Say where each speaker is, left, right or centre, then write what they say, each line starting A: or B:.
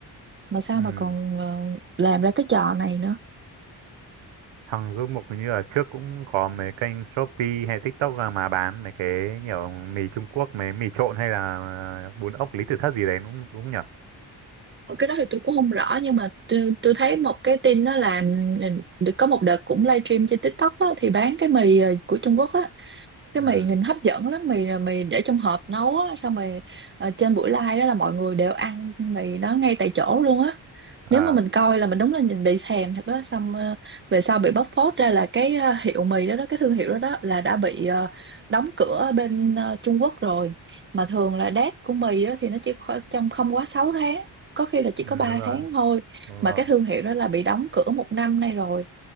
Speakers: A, on the right; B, on the right.
A: mà sao
B: ừ.
A: mà còn ờ, làm ra cái trò này nữa
B: Hằng Du Mục hình như là trước cũng có mấy kênh Shopee hay TikTok ra mà bán mấy cái nhiều mì Trung Quốc, mấy mì trộn hay là bún ốc Lý Tự Thất gì đấy đúng đúng nhỉ?
A: Ờ, cái đó thì tôi cũng không rõ nhưng mà tôi, tôi thấy một cái tin đó là ừ, có một đợt cũng livestream trên TikTok á, thì bán cái mì ờ, của Trung Quốc á cái
B: Ừ.
A: mì nhìn hấp dẫn lắm mì là mì để trong hộp nấu á xong rồi ờ, trên buổi live đó là mọi người đều ăn mì đó ngay tại chỗ luôn á
B: À,
A: nếu mà mình coi là mình đúng là nhìn bị thèm thật đó xong ờ, về sau bị bóc phốt ra là cái ờ, hiệu mì đó đó cái thương hiệu đó đó là đã bị ờ, đóng cửa ở bên ờ, Trung Quốc rồi mà thường là date của mì á, thì nó chỉ kho- trong không quá 6 tháng có khi là chỉ
B: ừ,
A: có 3
B: đúng rồi,
A: tháng thôi
B: đúng
A: mà
B: rồi.
A: cái thương hiệu đó là bị đóng cửa một năm nay rồi